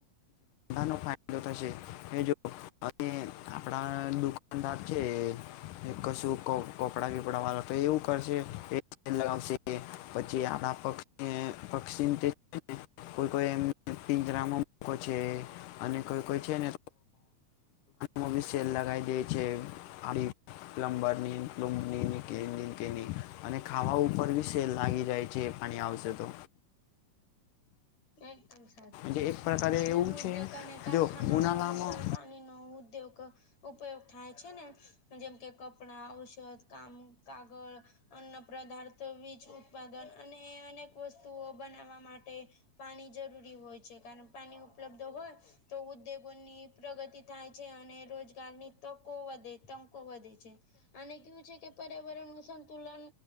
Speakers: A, on the left; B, on the left.
A: નાનો ફાયદો થશે એ જો અને આપડા દુકાનદાર છે કશું કપડા કપડા વાળા તો એવું કરશે એ લગાવશે એ પછી આપ પ પક્ષી <unintelligible> કોઈ કોઈ એમ પિંજરામાં છે અને કોઈ કોઈ છે ને મોટુ સેલ લગાઇ દે છે એ પ્લમબર ની કંપની કેવી કેવી અને ખાવા ઉપર બી સેલ લાગી જાય છે અને આવશે તો
B: એકદમ સાચે છે
A: જે એક પ્રકારે
B: અને
A: એવું
B: ઉદ્યોગ
A: છે
B: અને કારખાનાઓમાં
A: જો ઉનાળામાં
B: પણ અહીં નો ઉદ્યોગ ઉપયોગ થાય છે ને જેમ કે કપડા ઔષધ કામ કાગળ અન્ન પદાર્થો બીજું ઉત્પાદન અને અનેક વસ્તુઓ બનાવવા માટે પાણી જરૂરી હોય છે કારણ પાણી ઉપલબ્ધ હોય તો ઉદ્યોગોની પ્રગતિ થાય છે અને રોજગારની તકો વધે તકો વધે છે. અને કેવું છે કે પર્યાવરણનું સંતુલન